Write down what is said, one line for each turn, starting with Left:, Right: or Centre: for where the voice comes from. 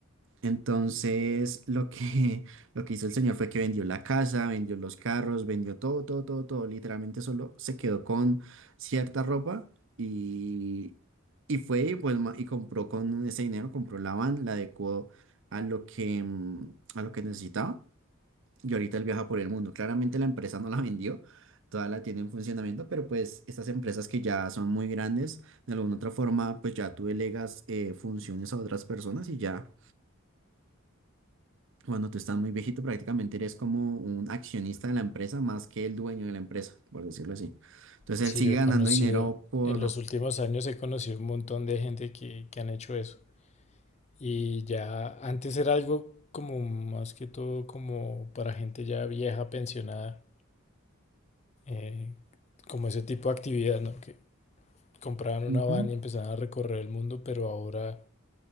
Right: Entonces, lo que, <laughs> lo que hizo el señor fue que vendió la casa, vendió los carros, vendió todo, todo, todo, todo. Literalmente solo se quedó con cierta ropa y, y fue y, pues, ma- y compró con ese dinero, compró la van, la adecuó a lo que, mm, a lo que necesitaba. Y ahorita él viaja por el mundo. Claramente la empresa no la vendió, toda la tiene en funcionamiento, pero pues estas empresas que ya son muy grandes, de alguna otra forma, pues ya tú delegas eh, funciones a otras personas y ya. Cuando tú estás muy viejito, prácticamente eres como un accionista de la empresa más que el dueño de la empresa, por decirlo así. Entonces
Left: Sí,
Right: él sigue
Left: yo he
Right: ganando
Left: conocido,
Right: dinero por...
Left: en los últimos años he conocido un montón de gente que, que han hecho eso. Y ya antes era algo como más que todo como para gente ya vieja, pensionada, eh, como ese tipo de actividad, ¿no? Que compraban una
Right: Ujú,
Left: van y empezaban a recorrer el mundo, pero ahora